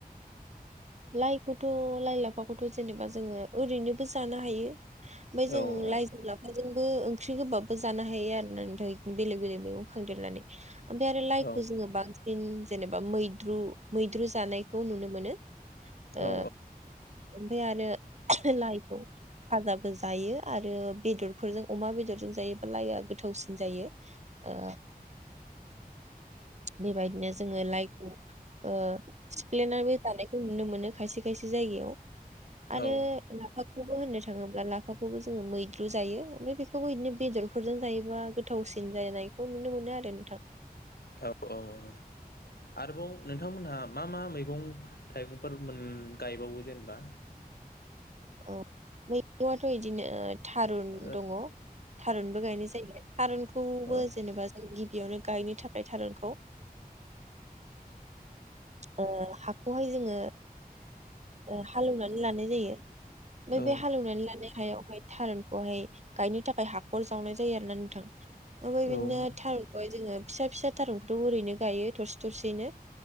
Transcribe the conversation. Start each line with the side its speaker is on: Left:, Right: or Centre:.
Right: लाइखौथ' लाइ लाफाखौथ' जेनेबा जोङो ओरैनोबो जानो हायो। ओमफ्राय जों
Left: औ औ
Right: लाइजों लाफाजों बो ओंख्रि गोबाबो जानो हायो आरो ना ओमफ्राय बेलेग बेलेग मैगं खांदेरनानै ओमफ्राय आरो लाइखौ
Left: औ
Right: जोङो बांसिन जेनेबा मैद्रु मैद्रु जानायखौ नुनो मोनो। ओ
Left: औ
Right: ओमफ्राय आरो लाइखौ फाजाबो जायो आरो बेदरफोरजों अमा बेदरजों जायोब्ला लाइआ गोथावसिन जायो ओ। बे बायदिनो जोङो लाइखौ ओ सिफ्लेनानै जानाय नुनो मोनो खायसे खायसे जायगायाव आरो
Left: औ
Right: लाफाखौबो होननो थांङोब्ला ला फाखौबो जोङो मैद्रु जायो ओमफ्राय बेखौबो बिदिनो बेदरफोरजों जायोबा गोथावसिन जानायखौ नुनो मोनो आरो नोंथां
Left: औ औ आरोबाव नोंथांमोनहा मा मा मैगं थाइगंफोर मोन गायबावो जेनेबा
Right: औ मैगुआथ' बिदिनो थारुन
Left: औ
Right: दङ थारुनबो गायनाय जायो थारुनखौबो
Left: औ
Right: जेनेबा जों बेयावनो गायनो थाखाय थारुनखौ ओ हाखौहाय जोङो हालौनानै लानाय जायो ओमफ्राय
Left: औ
Right: बे हालेवनानै लानाय हायाव थारुनखौहाय गायनो थाखाय हाखर जावनाय जायो आरो ना नोंथां ओमफ्राय बिदिनो
Left: औ औ
Right: थारुनखौहाय जोङो फिसा फिसा थारुनखौथ ओरैनो गायो थरसे थरसेनो